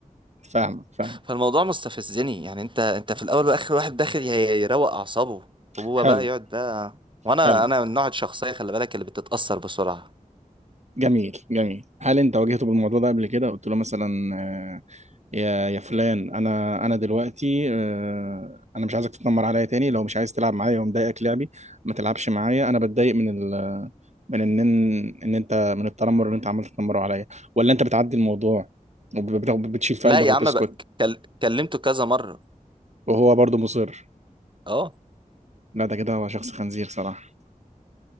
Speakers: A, on the right; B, on the right.
A: فاهمك فاهم
B: فالموضوع مستفزني يعني انت انت في الاول واخر واحد داخل ي- يروق اعصابه وهو
A: حلو
B: بقى يقعد بقى وانا
A: حلو
B: انا من نوع الشخصية خلي بالك اللي بتتأثر بسرعة
A: جميل جميل هل انت واجهته بالموضوع ده قبل كده قلت له مثلا آه، يا يا فلان انا انا دلوقتي آه، انا مش عايزك تتنمر عليا تاني لو مش عايز تلعب معايا ومضايقك لعبي ما تلعبش معايا انا بتضايق من ال... من ان ان انت من التنمر اللي انت عمال تتنمره عليا ولا انت بتعدي الموضوع وبت- بتشيل في
B: لا
A: قلبك
B: يا
A: وتسكت
B: عم بقى كل... كلمته كذا مرة
A: وهو برضه مصر
B: اه
A: لا ده كده هو شخص خنزير صراحة